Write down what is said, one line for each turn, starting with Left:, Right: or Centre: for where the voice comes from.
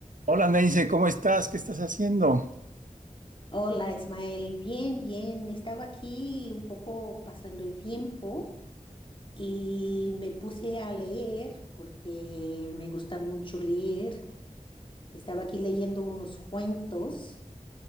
Right: Hola Nancy, ¿cómo estás? ¿Qué estás haciendo?
Left: Hola Ismael, bien, bien. Estaba aquí un poco pasando el tiempo y me puse a leer porque me gusta mucho leer. Estaba aquí leyendo unos cuentos.